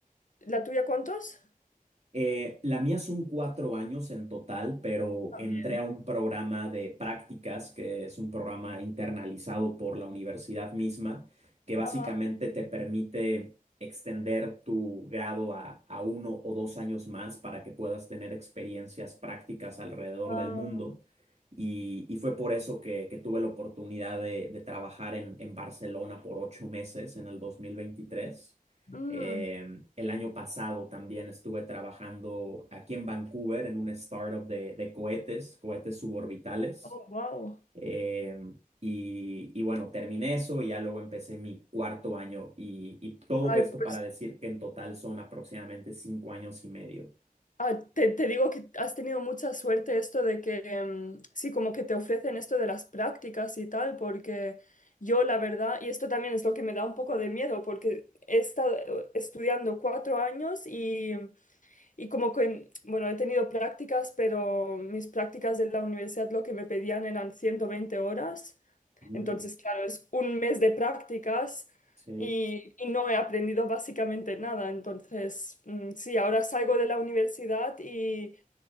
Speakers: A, on the left (about 60°); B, on the right (about 50°).
A: ¿la tuya cuántos?
B: Eh, la mía son cuatro años en total, pero
A: También.
B: entré a un programa de prácticas, que es un programa internalizado por la universidad misma, que básicamente
A: Ajá.
B: te permite extender tu grado a, a uno o dos años más para que puedas tener experiencias prácticas alrededor
A: Ah,
B: del mundo. Y, y fue por eso que, que tuve la oportunidad de, de trabajar en, en Barcelona por ocho meses en el 2023.
A: mm,
B: Eh, el año pasado también estuve trabajando aquí en Vancouver en una startup de, de cohetes, cohetes suborbitales.
A: oh, wow.
B: Eh, y, y bueno, terminé eso y ya luego empecé mi cuarto año y, y todo
A: ay
B: esto
A: pues
B: para decir que en total son aproximadamente cinco años y medio.
A: Ah, te, te digo que has tenido mucha suerte esto de que, em, sí, como que te ofrecen esto de las prácticas y tal, porque yo la verdad, y esto también es lo que me da un poco de miedo, porque he estado eh, estudiando cuatro años y y como que, bueno, he tenido prácticas, pero mis prácticas de la universidad lo que me pedían eran 120 horas.
B: Mm,
A: Entonces, claro, es un mes de prácticas
B: sí,
A: y, y no he aprendido básicamente nada. Entonces, mm, sí, ahora salgo de la universidad y,